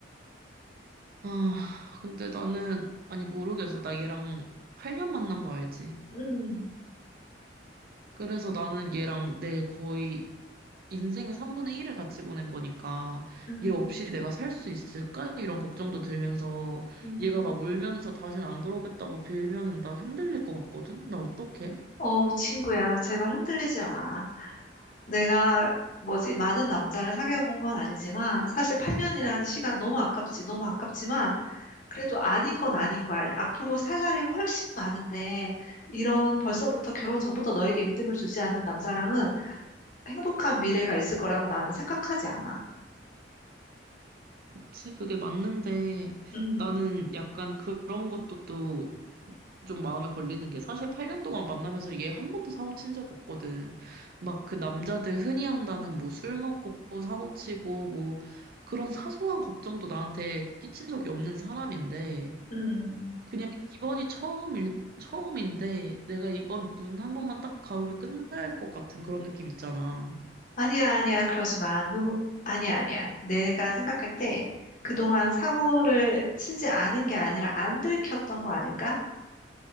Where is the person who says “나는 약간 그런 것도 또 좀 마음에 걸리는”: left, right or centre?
Right